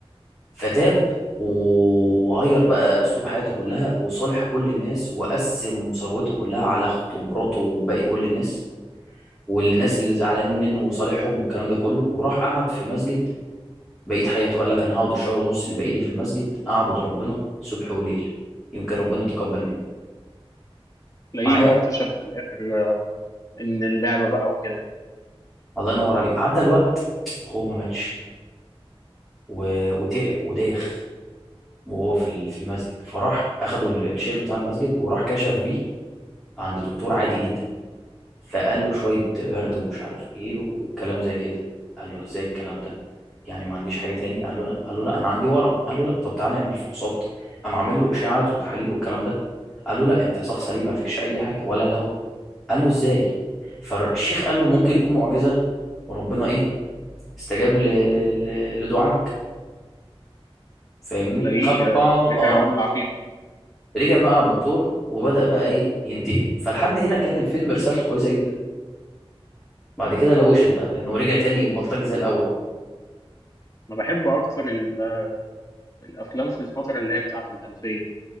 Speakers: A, in the centre; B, on the left.
A: فتاب وغير بقى أسلوب حياته كلها وصالح كل الناس وقسم ثروته كلها على أخته ومراته وباقي كل الناس والناس اللي زعلانين منه وصالحهم والكلام ده كله وراح قعد في مسجد بقيت حياته قال لك انا هقعد الشهر ونص اللي باقي لي في المسجد اعبد ربنا صبح وليل يمكن ربنا يتقبل مني
B: تلاقيه
A: معايا
B: بقى اكتشف في الاخر ان اللعبه بقى وكده
A: الله ينور عليك عدى الوقت وهو ما ماتش و... وتعب وداخ وهو في ال- في المسجد فراح اخده ال- الشيخ بتاع المسجد وراح كشف بيه عند دكتور عادي جدا فقال له شوية برد ومش عارف ايه وكلام زي كده قال له ازاي الكلام ده يعني ما عنديش حاجة تاني قال له لا قال له لا انا عندي ورم قال له لا طب تعالى نعمل فحوصات قام عامل له اشاعات وتحاليل والكلام ده قال له لا انت شخص سليم ما فيكش اي حاجة ولا الهوا قال له ازاي فالشيخ قال له ممكن يكون معجزة وربنا ايه استجاب ل... ل... ل... لدعاك فاهمني
B: تلاقيه
A: خد بعضه
B: آه، رجع
A: اه
B: ولع فيهم
A: رجع بقى على الدكتور وبدأ بقى ايه ينتقم فلحد هنا كان الفيلم رسالته كويسة جدا بعد كده لوشت بقى لانه رجع تاني بلطجي زي الاول
B: انا بحب اكتر ال- الافلام في الفتره اللي هي بتاعه الالفيه دي